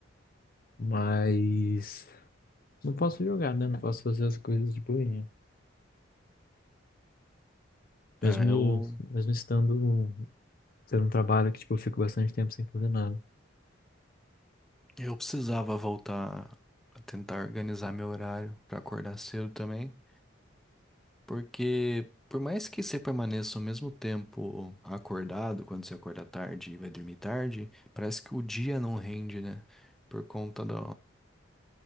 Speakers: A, on the left; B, in the centre.
A: Mas não posso jogar, né? Não posso fazer as coisas de boinha.
B: É,
A: Mesmo,
B: eu,
A: mesmo estando tendo um trabalho que, tipo, eu fico bastante tempo sem fazer nada.
B: eu precisava voltar a tentar organizar meu horário pra acordar cedo também. Porque por mais que você permaneça ao mesmo tempo acordado, quando você acorda tarde e vai dormir tarde, parece que o dia não rende, né? Por conta do,